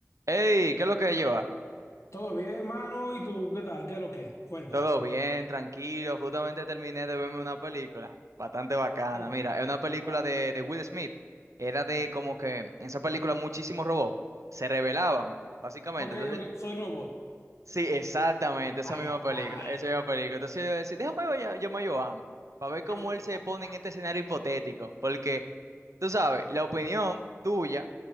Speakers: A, on the right; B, on the left.
A: Hey, ¿qué es lo que lleva?
B: Todo bien, mano. ¿Y tú qué tal? ¿Qué es lo que? es? Cuéntame.
A: Todo bien, tranquilo. Justamente terminé de verme una película bastante bacana.
B: Sí,
A: Mira, es una película
B: claro.
A: de, de Will Smith. Era de como que en esa película muchísimos robots se rebelaban, básicamente.
B: Ok,
A: Entonces,
B: ok. Soy robot.
A: sí, exactamente, esa
B: Ay,
A: misma
B: ay,
A: película,
B: ay.
A: esa misma película. Entonces yo decía, déjame ver, ya- yo me a Joan para ver cómo
B: Ay,
A: él se
B: ay,
A: pone
B: ay.
A: en este escenario hipotético. Porque Tú sabes, la opinión tuya